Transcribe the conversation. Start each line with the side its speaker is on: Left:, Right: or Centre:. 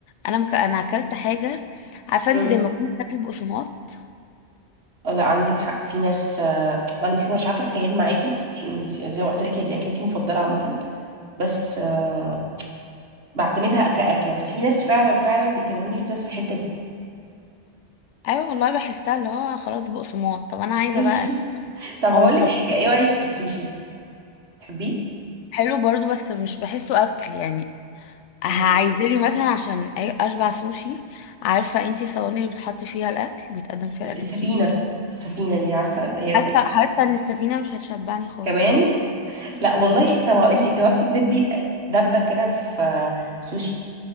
Left: انا مك... انا اكلت حاجه عارفه
Right: مم.
Left: انت زي ما كنت بتاكل بقسماط
Right: آه، لا عندك حق في ناس آه، انا مش مش عارفه اتخيل معاكي عشان زي ما قلت لك هي دي اكلتي المفضله عامه بس آه، بعتمدها كاكله بس في ناس فعلا فعلا بيكلموني في نفس الحته دي
Left: ايوه والله بحسها اللي هو خلاص بقسماط طب انا عايزه
Right: <laughs>
Left: بقى أكل.
Right: طب
Left: هو
Right: هقول
Left: شب-
Right: لك حاجه ايه رايك في السوشي تحبيه
Left: حلو برضو بس مش بحسه اكل يعني عايزه
Right: مم.
Left: لي مثلا عشان أي- اشبع سوشي عارفه انت الصواني اللي بتحط فيها الاكل بيتقدم فيها
Right: السفينة
Left: الاكل الكبير
Right: السفينة دي عارفة هي
Left: حاسه
Right: بت...
Left: حاسه ان السفينه مش هتشبعني خالص
Right: كمان
Left: برضه
Right: لا والله
Left: ايوه
Right: طب انت جاوبتي تدبي دبة كده في سوشي